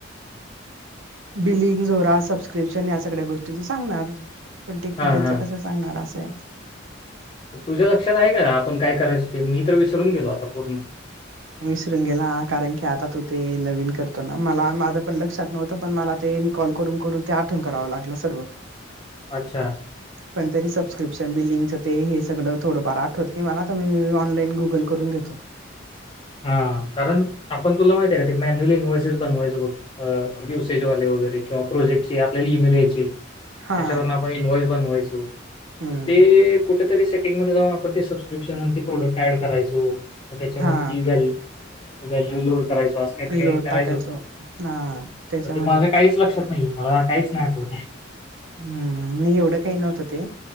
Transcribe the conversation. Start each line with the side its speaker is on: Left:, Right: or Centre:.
Right: बिलिंग जोरा सबस्क्रिप्शन या सगळ्या गोष्टी त सांगणार. पण टेक्निकलच
Left: हां, हां.
Right: कस सांगणार असे.
Left: तुझ्या लक्षात आहे. का आपण काय करायचं ते मी तर विसरून गेलो. आता पूर्ण
Right: विसरून गेला. कारण की आता तू ते नवीन करतो. ना मला माझं पण लक्षात नव्हतं. पण मला ते कॉल करून करून ते आठवण करावं लागलं. सर्व
Left: अच्छा
Right: पण तरी सबस्क्रिप्शन बिलिंच ते हे सगळं थडफार आठवत मी मला तर मी ऑनलाईन गुगल करून घेतो.
Left: हा कारण आपण तुला माहिती आहे. का ते मॅन्युअली इन्व्हसेस बनवायचं बघ अ युसेजवाले वगैरे किंवा प्रोजेक्टचे आपल्याला ईमेलचे त्याच्यावरून
Right: हा
Left: आपण इन वाॅईज बनवायचो
Right: हम्म
Left: ते कुठेतरी सेटिंगमध्ये जाऊन आपण ते सबस्क्रिप्शन ते प्रोडक्ट ऍड करायचो. त्याच्यामध्ये
Right: हा
Left: गॅलरी लोड करायचो. आस काही
Right: लोड
Left: काही करायचो.
Right: टाकायचो हा त्याच्यामध्ये
Left: ते माझं काहीच लक्षात न नाही मला काहीच नाही आठवत आहे.
Right: हम्म मी एवढं काही नव्हतं. ते